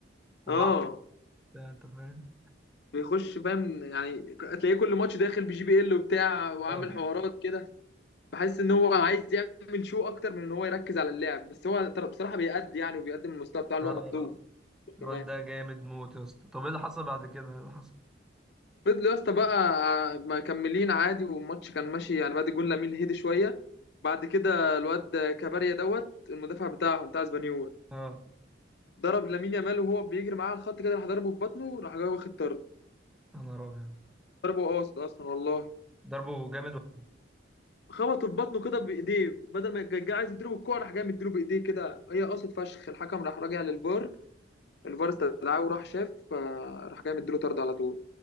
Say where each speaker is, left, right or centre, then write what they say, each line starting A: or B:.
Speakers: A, in the centre; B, on the left (about 60°).
A: ومعاه
B: اه
A: بتاع، انت فاهم
B: بيخش فاهم يعني هتلاقيه كل ماتش داخل بجي بي ال وبتاع وعامل
A: اه
B: حوارات كده بحس ان هو عايز يعمل شو اكتر من ان هو يركز على اللعب بس هو تر- بصراحه بيأدي يعني وبيقدم المستوى بتاعه اللي
A: اه
B: هو مطلوب
A: الواد
B: كمان
A: ده جامد موت يا اسطى طب ايه اللي حصل بعد كده ايه اللي حصل
B: فضلوا يا اسطى بقى مكملين عادي والماتش كان ماشي يعني بعد جون لامين هدي شويه بعد كده الواد كباريا دوت المدافع بتاعهم بتاع اسبانيول
A: اه
B: ضرب لامين يامال وهو بيجري معاه على الخط كده راح ضربه في بطنه راح جاي واخد طرد
A: يا نهار ابيض
B: ضربه قاصد اصلا والله
A: ضربه جامد ولا
B: خبطه في بطنه كده بايديه بدل ما كان جاي عايز يديله بالكوع راح جاي مديله بايديه كده هي قصد فشخ الحكم راح راجع للفار الفار استدعاه وراح شاف فراح جاي مديله طرد على طول